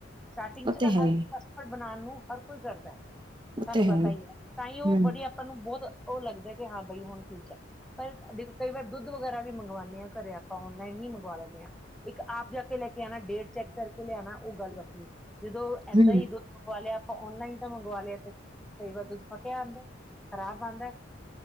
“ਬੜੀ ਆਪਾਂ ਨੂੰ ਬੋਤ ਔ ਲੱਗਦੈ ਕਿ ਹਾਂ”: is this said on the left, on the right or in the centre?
Centre